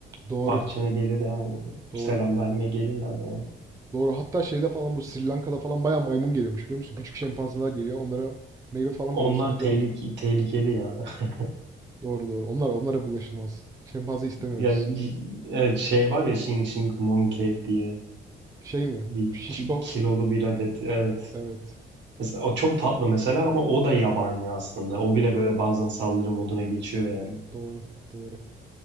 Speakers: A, on the right (about 15°); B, on the right (about 65°).
A: doğru.
B: Bahçene gelir yani.
A: Doğru.
B: Selam verme gelirler yani.
A: Doğru. Hatta şeyde falan bu Sri Lanka'da falan bayağı maymun geliyormuş biliyor musun? Küçük şempanzeler geliyor. Onlara meyve falan
B: Onlar
A: veriyorsun gidiyorlar.
B: tehlike, tehlikeli ya. <laughs>
A: Doğru doğru. Onlar onlara bulaşılmaz. Şempanze istemiyoruz.
B: Ya bir- evet, şey var ya Xing Xing Monkey diye
A: Şey mi?
B: bir
A: Bu şişko.
B: ki- kilolu bir adet. Evet.
A: Evet.
B: Mesela o çok tatlı mesela ama o da yabani aslında. O bile böyle bazen saldırı moduna geçiyor yani.
A: Doğru. Doğru.